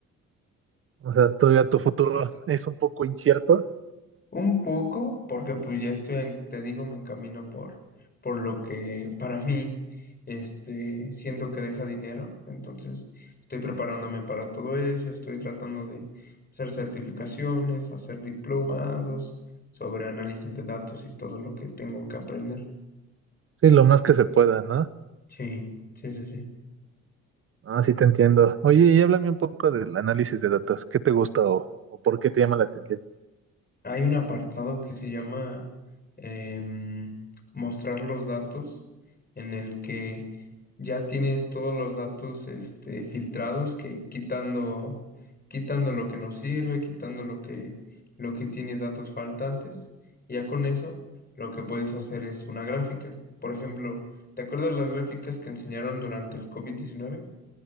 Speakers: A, on the right; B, on the left.
A: O sea, todavía tu futuro es un poco incierto.
B: Un poco, porque pues ya estoy, en- te digo, me encamino por, por lo que <laughs> para mí, este, siento que deja dinero. Entonces, estoy preparándome para todo eso, estoy tratando de hacer certificaciones, hacer diplomados sobre análisis de datos y todo lo que tengo que aprender.
A: Sí, lo más que se pueda, ¿no?
B: Sí, sí, sí, sí.
A: Ah, sí te entiendo. Oye, y háblame un poco del análisis de datos. ¿Qué te gusta o, o por qué te llama la atención?
B: Hay un apartado que se llama em, mostrar los datos, en el que ya tienes todos los datos este, filtrados, que quitando, quitando lo que no sirve, quitando lo que, lo que tiene datos faltantes, y ya con eso lo que puedes hacer es una gráfica. Por ejemplo, ¿te acuerdas las gráficas que enseñaron durante el covid diecinueve?